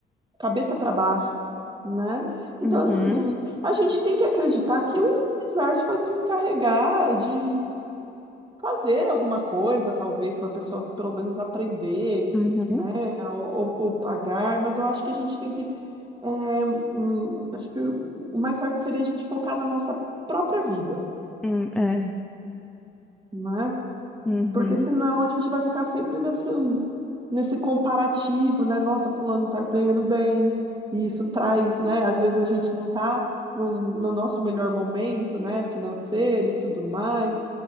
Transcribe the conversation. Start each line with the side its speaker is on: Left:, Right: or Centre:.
Right: cabeça para baixo, né? Então,
Centre: uhum,
Right: assim, a gente tem que acreditar que o universo vai se encarregar de fazer alguma coisa, talvez, para a pessoa pelo menos aprender,
Centre: uhum,
Right: né? Ou, ou- ou pagar, mas eu acho que a gente tem que. é, hum, acho que o o mais certo seria a gente focar na nossa própria vida.
Centre: hum, é,
Right: né?
Centre: uhum.
Right: Porque senão a gente vai ficar sempre nessa, nesse comparativo, né? Nossa, fulano tá ganhando bem, e isso traz, né? Às vezes a gente não tá no, no nosso melhor momento, né? Financeiro e tudo mais.